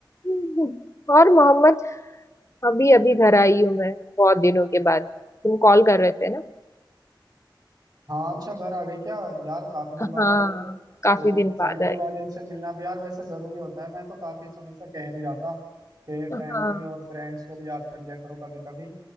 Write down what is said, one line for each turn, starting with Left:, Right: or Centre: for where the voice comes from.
Left: हम्म, और मोहम्मद अभी अभी घर आई हूँ मैं बहुत दिनों के बाद तुम कॉल कर रहे थे ना
Right: हाँ अच्छा घर आ गई क्या यार काफी दिन
Left: हाँ
Right: बाद आई हो
Left: काफी
Right: तो
Left: दिन बाद
Right: फैमिली
Left: आई
Right: वाले से मिलना भी यार वैसे जरूरी होता है मैं तो काफी समय से कह भी रहा था कि
Left: हाँ
Right: फैमिली और फ्रेंड्स को भी याद कर लिया करो कभी कभी